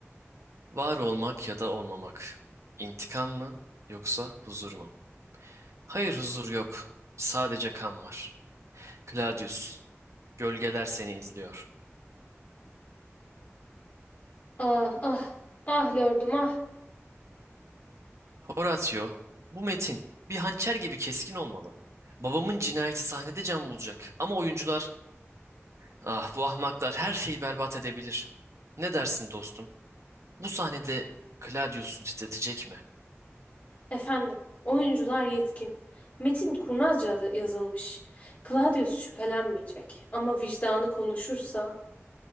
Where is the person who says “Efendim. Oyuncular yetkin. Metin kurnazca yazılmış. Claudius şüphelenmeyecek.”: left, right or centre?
Left